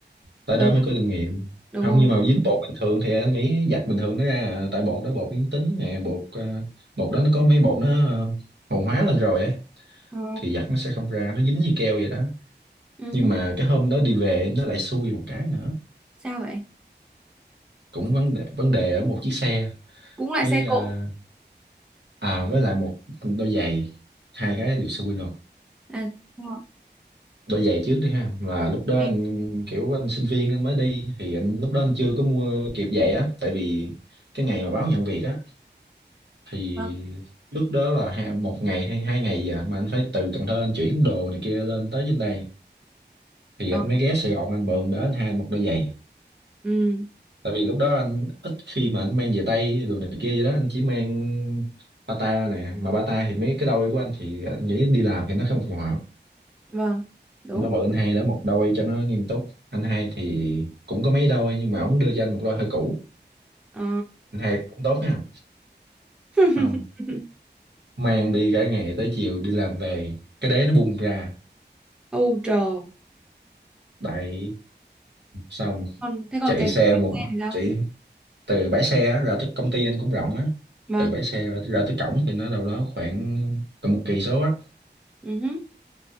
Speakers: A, on the right; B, in the centre.
A: tại
B: Trời
A: đó mới
B: ơi.
A: có kinh nghiệm
B: đúng
A: không
B: không?
A: nhưng mà dính bột bình thường thì anh nghĩ giặt bình thường nó ra à. tại bột đó bột biến tính nè bột à, bột đó nó có mấy bột nó à, hồ hóa lên rồi á
B: Ờ,
A: thì giặt nó sẽ không ra nó dính với keo vậy đó
B: ừ
A: nhưng
B: hứ.
A: mà cái hôm đó đi về nó lại xui một cái nữa
B: Sao vậy?
A: cũng vấn đề vấn đề ở một chiếc xe
B: Cũng lại
A: với
B: xe
A: à,
B: cộ.
A: à với lại một đôi giày hai cái đều xui luôn
B: À, đúng rồi.
A: đôi giày trước đi ha là lúc đó
B: Thì-
A: anh kiểu anh sinh viên anh mới đi thì anh lúc đó anh chưa có mua kịp giày á tại vì cái ngày mà báo nhận việc á thì
B: ờ,
A: trước đó là hai, một ngày hay hai ngày gì à mà anh phải từ Cần Thơ anh chuyển đồ này kia lên tới trên đây thì
B: ờ,
A: anh mới ghé Sài Gòn anh mượn đó anh hai anh một đôi giày
B: ừ,
A: tại vì lúc đó anh ít khi mà anh mang về tay đồ này kia gì đó anh chỉ mang bata nè mà bata thì mấy cái đôi của anh thì anh nghĩ đi làm thì nó không phù hợp
B: vâng, đúng.
A: nó mượn anh hai đó một đôi cho nó nghiêm túc anh hai thì cũng có mấy đôi nhưng mà ổng đưa cho anh một đôi hơi cũ
B: Ờ.
A: anh hai cũng tốt ha
B: <laughs>
A: không mang đi cả ngày tới chiều đi làm về cái đế nó bung ra
B: Âu trời.
A: đại xong
B: Còn thế còn
A: chạy
B: cái
A: xe
B: bánh
A: một
B: xe thì sao?
A: chạy từ bãi xe á, ra tới công ty anh cũng rộng á
B: Vâng.
A: từ bãi xe ra, ra tới cổng thì nó đâu đó khoảng còn một cây số á
B: Ừ hứ.